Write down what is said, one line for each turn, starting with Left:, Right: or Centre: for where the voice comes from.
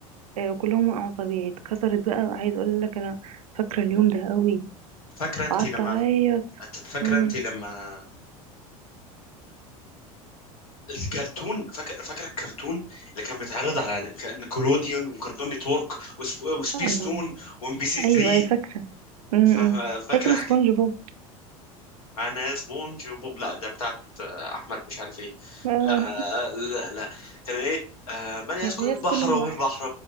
Right: آه، وكلهم وقعوا طبيعي اتكسرت بقى عايز اقول لك انا فاكره اليوم ده قوي
Left: فاكرة انت
Right: قعدت
Left: لما
Right: اعيط
Left: فاكرة
Right: امم
Left: انت لما الكرتون فاكر فاكر الكرتون اللي كان بيتعرض على كان كولوديون وكرتون نتورك وسب... وسبيس
Right: الله
Left: تون وام بي سي 3
Right: ايوه أيوة، فاكره امم
Left: فا- فاكر
Right: فاكره
Left: حاجه
Right: سبونج بوب
Left: انا سبونج وبوب لا ده بتاعت آه، احمد مش عارف ايه
Right: آه،
Left: لا آه، لا لا كان ايه آه،
Right: <laughs>
Left: من يسكن
Right: من يسكن
Left: البحر
Right: البحر
Left: وهو البحر